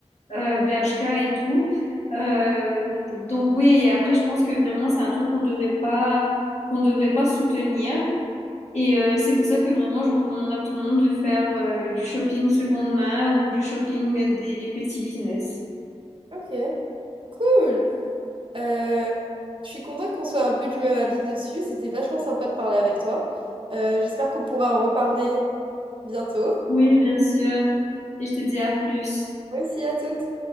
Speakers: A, on the left; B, on the right.
A: euh, Bershka et tout. Euh, donc oui, et après je pense que vraiment c'est un truc qu'on devrait pas qu'on devrait pas soutenir. Et euh, c'est pour ça que vraiment je recommande à tout le monde de faire euh, du shopping seconde main ou du shopping des petits business.
B: Ok, cool. Euh, je suis contente qu'on soit un peu du même avis dessus. C'était vachement sympa de parler avec toi. Euh, j'espère qu'on pourra en reparler bientôt.
A: Oui, bien sûr. Et je te dis à plus.
B: Merci à toutes.